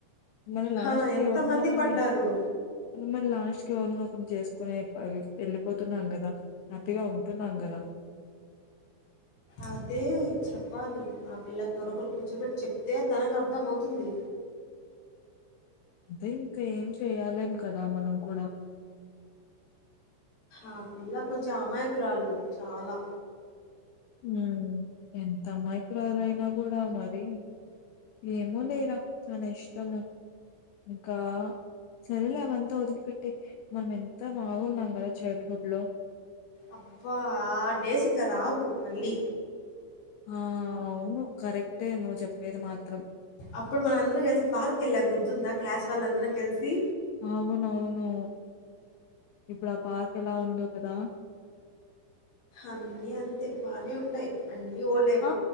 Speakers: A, on the left; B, on the left.
A: మరి లాస్ట్
B: హా!
A: కి
B: ఎంతమంది
A: ఎవరినో ఒకర్ని
B: పడ్డారు.
A: మరి లాస్ట్ కి ఎవరినో ఒకరి చేసుకుని వెళ్ళిపోతున్నాం కదా? హ్యాపీగా ఉంటున్నాం కదా.
B: అదే చెప్పాలో. ఆ పిల్లకి ఎవరోకరు కూర్చోబెట్టి చెప్తే తనకి అర్థం అవుతుంది.
A: అదే ఇంకా ఏం చేయలేం కదా మనం కూడా
B: ఆ పిల్ల కొంచెం అమాయకురాలు చాలా
A: మ్ ఎంత అమాయకురాలు అయినా కూడా మరీను. ఏమో లే ఇగ తన ఇష్టము ఇంకా సరేలే అవంతా వదిలిపెట్టి మనం ఎంత బాగున్నాం కదా చైల్డ్ హుడ్ లో
B: అబ్బా ఆ డేస్ ఇంకా రావు మళ్ళీ
A: ఆ అవును కరెక్టే నువ్వు చెప్పేది మాత్రం.
B: అప్పుడు మన అందరం కలిసి పార్క్ వెళ్ళాం గుర్తుందా క్లాస్ వాళ్ళందరం కలిసి.
A: అవునవును ఇప్పుడు ఆ పార్క్ ఎలా ఉందో కదా?
B: అన్నీ అంతే బానే ఉంటాయి. అన్నీ ఓల్డే
A: ఆ